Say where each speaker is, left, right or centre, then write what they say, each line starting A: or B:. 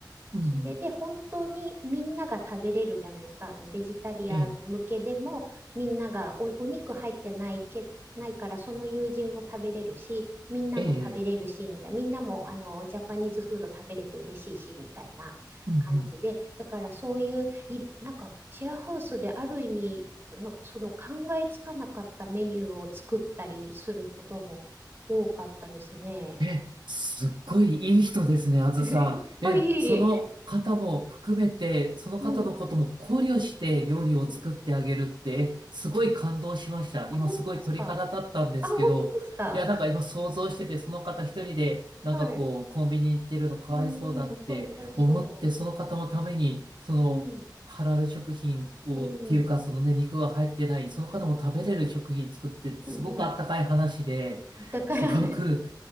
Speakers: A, on the right (about 80°); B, on the right (about 30°).
A: うんうん
B: それで本当にみんなが食べれるじゃないですか。あのベジタリアン向けでもみんながお、
A: ええ、
B: お肉入ってないけ、ないからその友人も食べれるし、みんなも食べれるし、
A: ええ、
B: みたいな。みんなもあのジャパニーズフード食べれて嬉しいし、みたいな感じで。
A: うん、うん。
B: だからそういう、いるなんかシェアハウスである意味、なんかその考えつかなかったメニューを作ったりすることも多かったですね。
A: え、すっごいいい人ですね、あずさん。
B: <laughs> あ、
A: え、
B: いえいえ。
A: その方も含めて、その方のことも考慮して料理を作ってあげるって、
B: うん。うん
A: えすごい感動しました。
B: あ、
A: 今すごい鳥肌立ったんですけど、
B: 本当ですか。あ、本当ですか。
A: いや、なんか今想像してて、その方一人で、なんかこう、
B: はい。
A: コンビニ行ってるのかわいそうだって思って、
B: うーん、そう、かわいそ
A: その方のために、その、
B: う。うん、
A: ハラル食品を、
B: うん、
A: っていうか、
B: うん、
A: そのね、肉が入ってない、その方も食べれる食品作って、
B: うん、
A: すごくあったかい話で、
B: うん。あったかい話。
A: すごく、